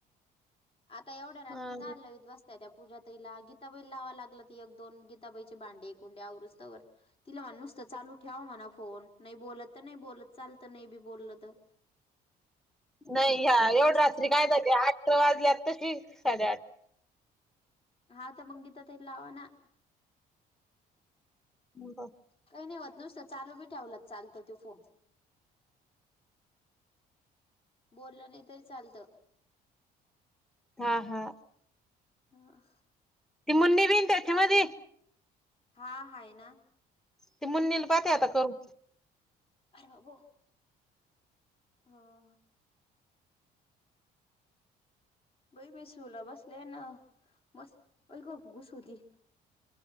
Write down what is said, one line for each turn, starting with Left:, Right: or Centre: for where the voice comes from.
Left: आता एवढ्या रात्री
Centre: हा
Left: काल लावीत बस. त्या त्या पूजाताईला गीताबाई लावा लागलं त एक-दोन गीताबाईचे भांडे कुंडे आवरुस्तवर. तिला म्हण नुसतं चालू ठेवा म्हणा फोन नाही बोलत तर नाही बोलत चालत नाही बी बोललं तर.
Centre: नाही हा एवढ
Left: नुसतं
Centre: रात्री
Left: फो-
Centre: काय झाली? आठ वाजल्यात आताशी साडेआठ.
Left: हा ते मंग गीता तइला लावा ना?
Centre: हम्म बर.
Left: काही नाही होत नुसतं चालू बी ठेवला त चालत त्यो फोन. बोललं नाही तरी चालत.
Centre: हा हा.
Left: हा.
Centre: ती मुन्नी बी हायना त्याच्या मध्ये.
Left: हा हाय ना.
Centre: ती मुन्नीला पाहते आता करून.
Left: अरे बाबो. हा. बई मी सूला बसले ना मस्त बाई ग घुस होती.